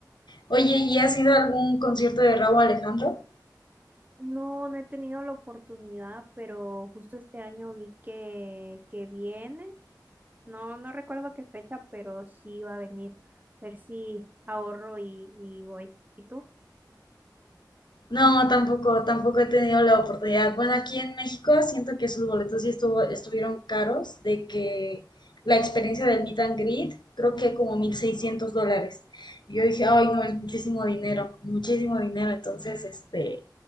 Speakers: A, on the left; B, on the right.
A: Oye, ¿y has ido a algún concierto de Rauw Alejandro?
B: No, no he tenido la oportunidad, pero justo este año vi que, que viene. No, no recuerdo qué fecha, pero sí va a venir. A ver si ahorro y, y voy. ¿Y tú?
A: No, tampoco, tampoco he tenido la oportunidad. Bueno, aquí en México siento que sus boletos sí estuvo, estuvieron caros, de que la experiencia del meet and greet, creo que como 1.600 dólares. Y yo dije, ay, no, es muchísimo dinero, muchísimo dinero. Entonces, este,